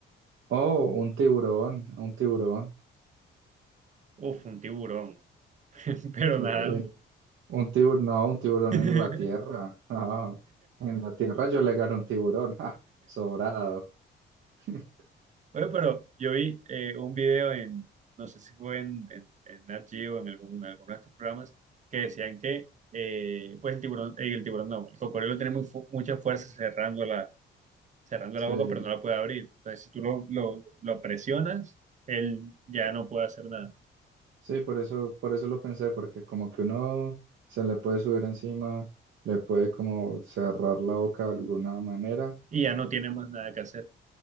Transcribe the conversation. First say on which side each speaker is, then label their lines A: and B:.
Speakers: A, on the right; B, on the right.
A: Oh, un tiburón, un tiburón.
B: Uf, un tiburón, <laughs> pero
A: Sí.
B: nadando.
A: Un tiburón, no, un tiburón
B: <laughs>
A: en la tierra. Ah, en la tierra yo le gano un tiburón. ja, sobrado. <laughs>
B: Oye, pero yo vi eh, un video en, no sé si fue en, en, en Nat Geo, en algún, en alguno de estos programas, que decían que eh, pues el tiburón, eh, el tiburón no, el cocodrilo tiene muy fu- mucha fuerza cerrando la, cerrando
A: Sí,
B: la boca, pero no la puede abrir. Entonces, si tú lo, lo, lo presionas, él ya no puede hacer nada
A: sí, por eso, por eso lo pensé, porque como que uno se le puede subir encima, le puede como cerrar la boca de alguna manera.
B: y ya no tiene más nada que hacer.